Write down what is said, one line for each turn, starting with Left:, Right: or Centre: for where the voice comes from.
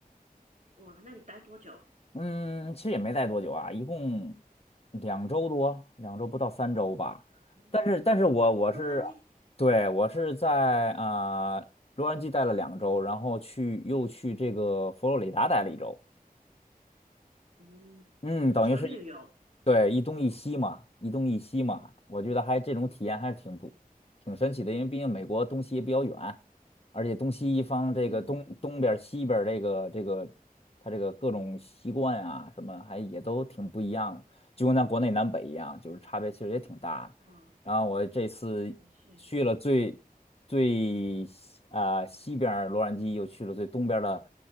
Right: 哇，那你待多久？
Left: 嗯，其实也没待多久啊，一共两周多，两周不到三周吧。
Right: 嗯，
Left: 但是，但是我我是，
Right: 洛杉矶，
Left: 对，我是在啊、呃洛杉矶待了两周，然后去又去这个佛罗里达待了一周。
Right: 嗯，
Left: 嗯，
Right: 就纯旅游。
Left: 等于是对，一东一西嘛，一东一西嘛，我觉得还这种体验还是挺不挺神奇的，因为毕竟美国东西也比较远，而且东西一方这个东东边儿西边儿这个这个，
Right: 嗯，
Left: 它这个各种习惯啊什么还也都挺不一样的，就跟咱国内南北一样，就是差别其实也挺大的。
Right: 哦，
Left: 然后我这次去了最最西啊、
Right: 也是。
Left: 西边儿洛杉矶，又去了最东边儿的